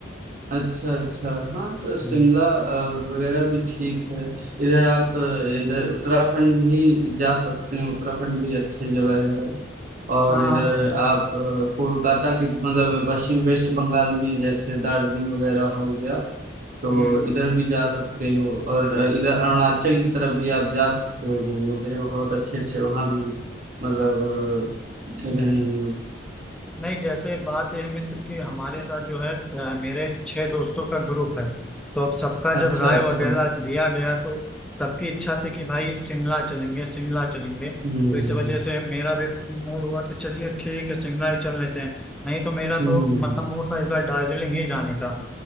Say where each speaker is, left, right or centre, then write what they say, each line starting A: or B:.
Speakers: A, on the right (about 45°); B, in the centre.
A: अच्छा अच्छा हाँ तो शिमला
B: हम्म।
A: अ, वगैरह भी ठीक है इधर आप अ, इधर उत्तराखंड भी जा सकते हैं उत्तराखंड भी अच्छी जगह है और
B: हाँ
A: इधर
B: हाँ हम्म
A: आप अ, कोलकाता की मतलब पश्चिम वेस्ट बंगाल में जैसे दार्जिलिंग वगैरह हो गया तो
B: हम्म
A: इधर भी जा सकते हो और अ, इधर अरुणाचल की तरफ भी आप जा सकते हो घूमने के लिए बहुत अच्छे अच्छे वहाँ भी मतलब अ, जगह
B: हम्म।
A: हैं
B: नहीं जैसे बात यह है मित्र कि हमारे साथ जो है अ, मेरे छह दोस्तों का ग्रुप है तो अब सबका
A: अच्छा
B: जब राय
A: अच्छा
B: वगैरह लिया गया तो सबकी इच्छा थी कि भाई शिमला चलेंगे शिमला चलेंगे तो
A: हम्म
B: इस वजह से मेरा भी मूड हुआ तो चलिए ठीक है शिमला ही चल लेते हैं नहीं तो मेरा
A: हम्म
B: तो मतलब मूड था इस बार दार्जिलिंग ही जाने का